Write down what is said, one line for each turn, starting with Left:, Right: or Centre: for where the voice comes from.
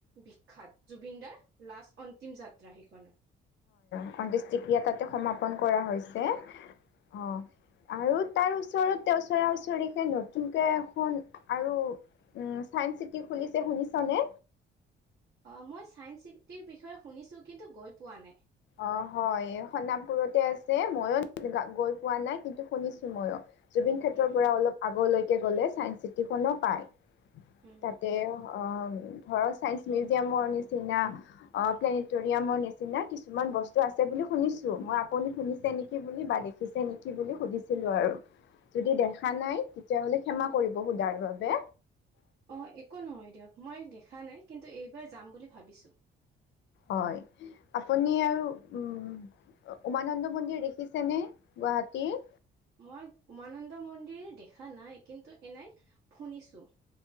Right: বিখ্যাত, জুবিন দাৰ লাষ্ট অন্তিম যাত্ৰা সেইখন।
Left: অন্তিষ্টিক্ৰিয়া তাতে সমাপন কৰা হৈছে, অ৷ আৰু তাৰ ওচতে ওচৰা ওচৰিকে নতুনকে এখন আৰু ছাইন চিটি খুলিছে শুনিছানে?
Right: অ মই ছাইন চিটিৰ বিষয়ে শুনিছোঁ, কিন্তু গৈ পোৱা নাই।
Left: অ হয় সণাপুৰতে আছে, মইও গৈ পোৱা নাই কিন্তু শুনিছো মৈয়ো। জুবিন ক্ষেত্ৰৰ
Right: উম
Left: পৰা অলপ আগলৈকে গ'লে ছাইন চিটিখনো পায়।
Right: উম
Left: তাতে অ ধৰ চাইন্স মিউজিয়ামৰ নিচিনা অ প্লেনেটৰিয়ামৰ নিচিনা কিছু কিছুমান বস্তু আছে বুলি শুনিছোঁ, মই আপুনি শুনিছে নেকি বুলি বা দেখিছে নেকি বুলি সুধিছিলোঁ আৰু। যদি দেখা নাই তেতিয়াহলে ক্ষমা কৰিব সোধাৰ বাবে।
Right: অ একো নহয় দিয়ক, মই দেখা নাই, কিন্তু এইবাৰ যাম বুলি ভাবিছো।
Left: হয় আপুনি আৰু উম উমানন্দ মন্দিৰ দেখিছেনে গুৱাহাটীৰ?
Right: মই উমানন্দ মন্দিৰ দেখা নাই, কিন্তু এনাই শুনিছোঁ।